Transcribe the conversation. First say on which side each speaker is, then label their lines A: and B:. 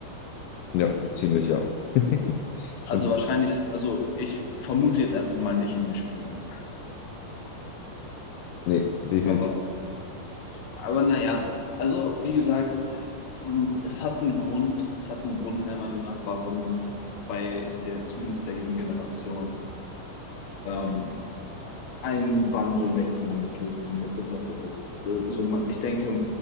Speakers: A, on the left; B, on the left.
A: Ja, so ziemlich, ja. <laughs> Schon,
B: Also wahrscheinlich, also ich vermute jetzt einfach mal nicht in die Schulen.
A: nee, definitiv.
B: Aber, aber naja, also wie gesagt, m, es hat einen Grund, es hat einen Grund meiner Meinung nach, warum bei der, zumindest der jungen Generation, ähm, ein Wandel weg von der Mitte, Mitte passiert ist. Also man, ich denke,